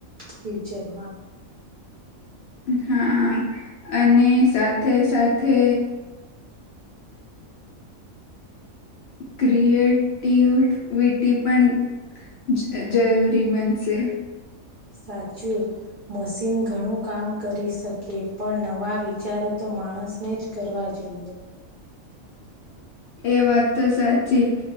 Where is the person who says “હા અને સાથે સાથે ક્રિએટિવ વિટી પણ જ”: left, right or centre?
Left